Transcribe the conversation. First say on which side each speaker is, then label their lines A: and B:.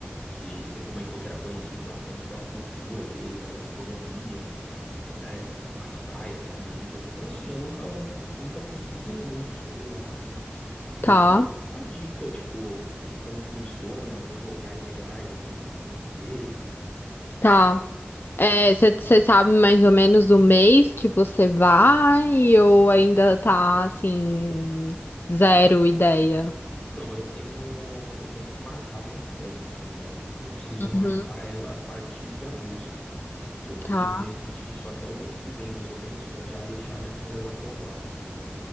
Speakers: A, on the left; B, on the left.
A: que você comentou que era conhecido bastante pela cultura deles, a gastronomia, né? As praias são bonitas. Então, assim, eu nunca, nunca pesquisei muito sobre lá, né? E
B: Tá,
A: eu queria alguma dica, tipo, como funciona, alguns locais legais assim pra conhecer.
B: tá. É, você sabe mais ou menos o mês que você vai ou ainda tá assim, zero ideia?
A: Então, eu tenho eu tenho que marcar minhas férias ainda, né? Eu preciso
B: Uhum,
A: marcar ela a partir de agosto. E eu preciso
B: tá,
A: decidir isso até o mês que vem, mais ou menos, pra já deixar minhas férias aprovadas, entendeu?